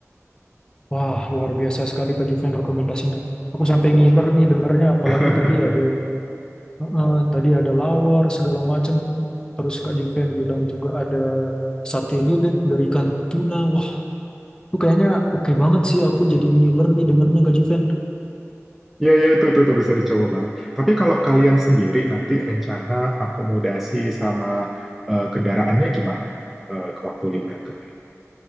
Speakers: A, on the left; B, in the centre.
A: Wah, luar biasa sekali Kak Juven rekomendasinya. Aku sampai ngiler nih dengernya apalagi
B: <laughs>
A: tadi ada eh, tadi ada lawar segala macam. Terus Kak Juven bilang juga ada sate lilit dari ikan tuna. Itu kayaknya oke banget sih aku jadi ngiler nih dengernya Kak Juven.
B: Iya, iya, itu, itu, itu bisa dicoba banget. Tapi kalau kalian sendiri nanti rencana akomodasi sama eh, kendaraannya gimana eh, ke waktu liburan ke Bali?